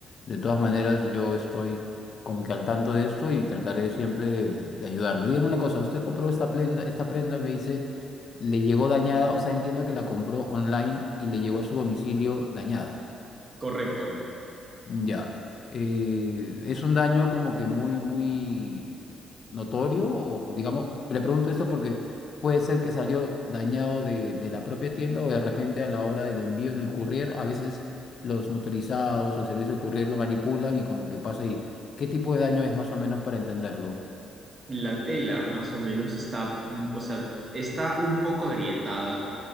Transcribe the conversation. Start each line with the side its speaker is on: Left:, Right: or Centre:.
Left: de todas maneras yo estoy como que al tanto de esto y trataré siempre de, de- de ayudarlo. Dígame una cosa, usted compró esta prenda, esta prenda, me dice, le llegó dañada, o sea, entiendo que la compró online y le llegó a su domicilio dañada.
Right: Correcto.
Left: Ya. Eh, ¿es un daño como que muy, muy notorio? O o digamos, le pregunto esto porque puede ser que salió dañado de, de la propia tienda o de repente a la hora del envío en el courier, a veces los motorizados o el servicio courier lo manipulan y como que pasa ahí. ¿Qué tipo de daño es más o menos para entenderlo?
Right: La tela, más o menos, está, mm, o sea, está un poco agrietada, o